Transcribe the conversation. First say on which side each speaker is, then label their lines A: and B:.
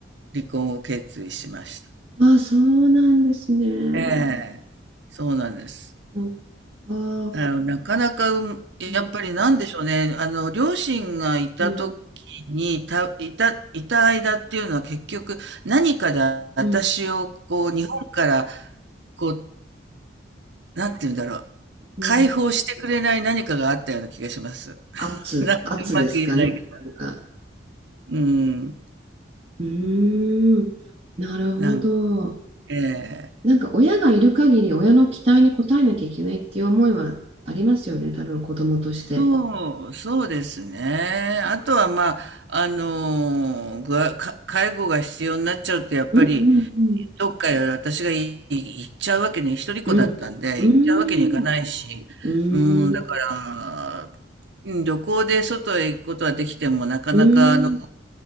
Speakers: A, on the right; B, on the right.
A: 離婚を決意しました。
B: あ、そうなんですね。
A: ええ、そうなんです。
B: そっか、
A: あの、なかなか、うんやっぱりなんでしょうね。
B: うん、
A: あの、両親がいた時に、
B: うん、
A: た、いた、いた間っていうのは結局何かで私をこう、
B: うん、
A: 日本から、こう、なんて言うんだろう。
B: うん。
A: 解放してくれない何かがあったような気がします。<laughs>
B: 圧、
A: なん、うまく言えないけど。
B: 圧ですかね。なんか、
A: うん。
B: うーん、なるほど。
A: なんええ
B: なんか親がいる限り親の期待に応えなきゃいけないっていう思いはありますよね、多分子供として。
A: そう、そうですね。あとはまあ、あのー、ぐわか介護が必要になっちゃうと、やっぱり、
B: うんうん
A: どっかへ私がい行っちゃうわけに、一人っ子だったんで、
B: うん。うん。
A: 行っちゃうわけにいかないし、
B: うん。
A: うん、だから、うん、旅行で外へ行くことはできても、なかなか、
B: うん。
A: あの、